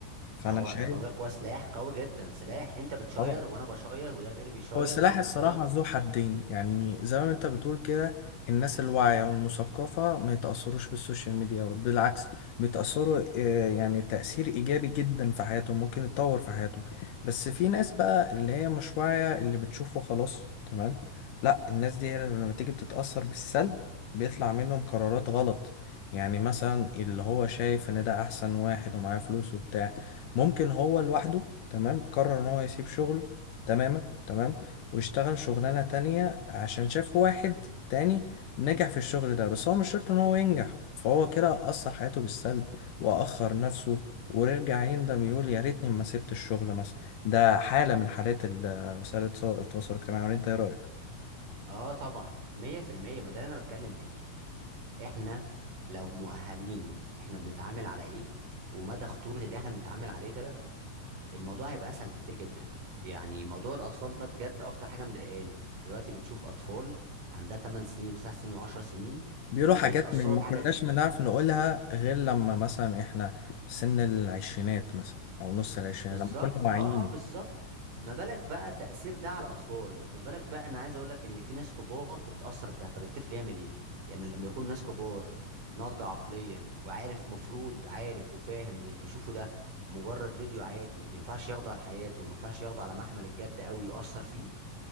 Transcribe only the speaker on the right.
ما هو
ما بقول لك هو سلاح قوي جدا سلاح انت بتشير
وانا بشير وده غيري بيشير
وده بيشير
اه طبعا 100% ما ده اللي انا بتكلم فيه احنا لو مؤهلين احنا بنتعامل على ايه ومدى خطورة اللي احنا بنتعامل عليه ده الموضوع هيبقى اسهل بكتير جدا يعني موضوع الاطفال ده بجد اكتر حاجة مضايقاني دلوقتي بتشوف اطفال عندها 8 سنين و9 سنين و10 سنين
بيتأثروا
بحاجة
زي
بالظبط
اه آه، بالظبط ما بالك بقى تأثير ده على الأطفال ما بالك بقى أنا عايز أقول لك إن في ناس كبار بتأثر بده طب الطفل يعمل إيه يعني لما يكون ناس كبار ناضجة عقليا وعارف مفروض عارف وفاهم إن اللي بيشوفه ده مجرد فيديو عادي ما ينفعش ياخده على حياته ما ينفعش ياخده على محمل الجد أوي يؤثر فيه